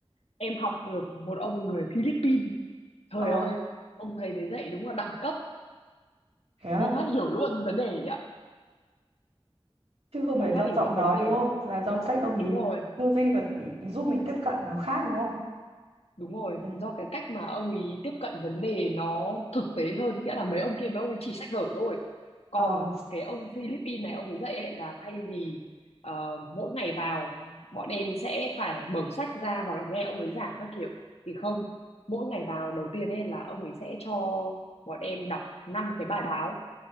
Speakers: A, on the left (about 80°); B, on the right (about 80°).
A: em học được một ông người Philippines trời
B: ờ,
A: ơi ông thầy đấy dạy đúng là đẳng cấp
B: thế á?
A: một phát hiểu luôn vấn đề nhỉ
B: Chứ không
A: một
B: phải do
A: phát hiểu
B: giọng
A: luôn
B: nói
A: vấn đề
B: đúng không? Là do cách ông
A: đúng
B: ý
A: rồi
B: tư duy và giúp mình tiếp cận nó khác đúng không?
A: đúng rồi
B: Ừ.
A: do cái cách mà ông ấy tiếp cận vấn đề nó thực tế hơn nghĩa là mấy ông kia mấy ông ấy chỉ sách vở thôi còn
B: Ờ.
A: cái ông Philippines này ông ấy dạy ấy là thay vì ờ, mỗi ngày vào bọn em sẽ phải mở sách ra hoặc là nghe ông ấy giảng các kiểu thì không mỗi ngày vào đầu tiên ấy là ông ấy sẽ cho bọn em đọc năm cái bài báo